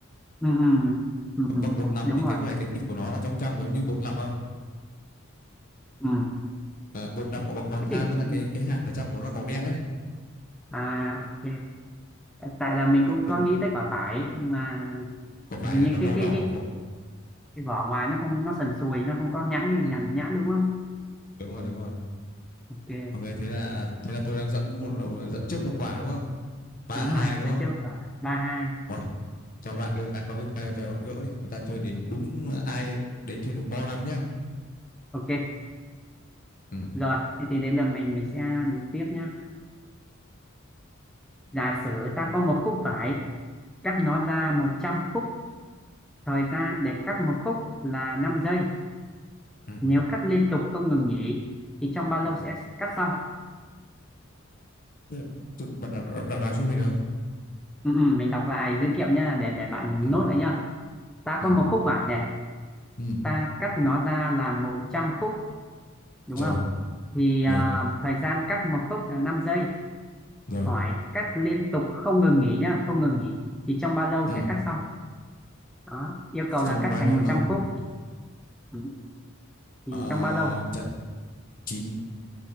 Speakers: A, in the centre; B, on the left.
A: ừ, ừ, ừ, ừ,
B: Bọc bột
A: ừ,
B: lọc
A: đúng
B: thì cái
A: rồi
B: có phải cái thịt của nó nó trong trong giống như bột lọc không?
A: ừ.
B: Ờ, bột lọc mà bọc hoàn
A: thế
B: than tức là
A: thì
B: cái cái hạt ở trong của nó màu đen đấy.
A: à ok tại là mình cũng
B: Được,
A: có nghĩ tới quả vải nhưng mà
B: có phải
A: hình như
B: nó màu
A: cái cái
B: đỏ?
A: cái cái vỏ ngoài nó không nó sần sùi nó không có nhẵn như nhãn
B: Ừ,
A: nhãn đúng không
B: đúng rồi đúng rồi.
A: ok
B: Ok thế là thế là tôi đang dẫn một dẫn trước một quả đúng không? Ba
A: đúng
B: hai
A: rồi
B: đúng
A: lần
B: không?
A: trước quả ba hai
B: Rồi cho bạn đưa ra câu tiếp theo cho bạn gỡ đi. Chúng ta chơi đến đúng ai đấy chơi đúng bo năm nhá.
A: ok
B: Ừ.
A: Rồi, thế thì đến lượt mình mình sẽ đúng tiếp nhé. Giả sử ta có một khúc vải, cắt nó ra 100 khúc, thời gian để cắt một khúc là 5 giây.
B: Ừ.
A: Nếu cắt liên tục không ngừng nghỉ thì trong bao lâu
B: Ừ.
A: sẽ cắt xong?
B: Đây là bạn, tôi- bạn đọc, đọc, đọc, đọc giúp mình được không?
A: Ừ, ừ, mình đọc lại dữ liệu nhá, để để bạn
B: Ừ.
A: nốt lại nhá. Ta
B: Ừ.
A: có một khúc vải này,
B: Ừ.
A: ta cắt nó ra là 100 khúc đúng
B: Rồi,
A: không? Thì à,
B: rồi,
A: thời gian cắt một khúc là 5 giây.
B: rồi.
A: Hỏi cắt liên tục không ngừng nghỉ nhá, không ngừng nghỉ thì trong bao lâu
B: Ừ.
A: sẽ cắt xong? Đó, yêu cầu
B: Trong
A: là cắt
B: bao
A: thành
B: nhiêu
A: 100
B: lâu?
A: khúc. Ừ. thì
B: Ờ,
A: trong bao lâu
B: chặn chín